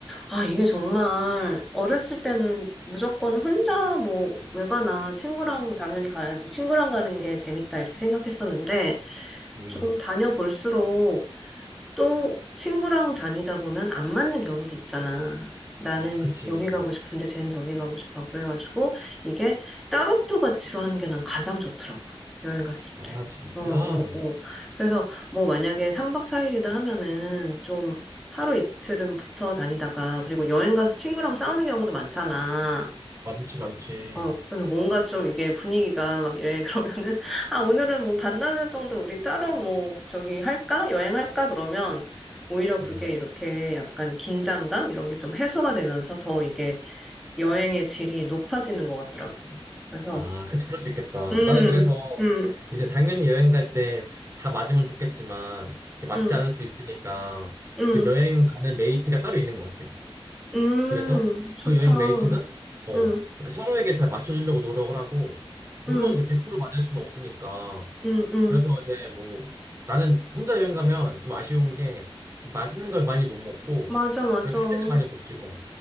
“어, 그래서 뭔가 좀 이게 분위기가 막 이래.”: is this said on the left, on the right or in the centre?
Centre